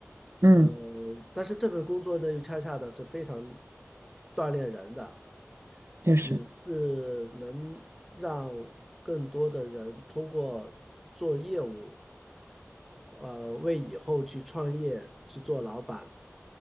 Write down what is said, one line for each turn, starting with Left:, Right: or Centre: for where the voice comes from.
Right: 嗯，
Centre: 嗯，但是这份工作呢，又恰恰的是非常锻炼人的，
Right: 就是
Centre: 也是能让更多的人通过做业务，呃，为以后去创业、去做老板，